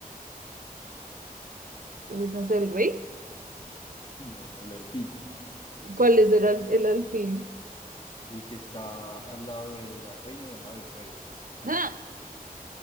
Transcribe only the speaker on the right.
Uy, no sé, el rey.
¿Cuál es el, al- el alfil?
Ah,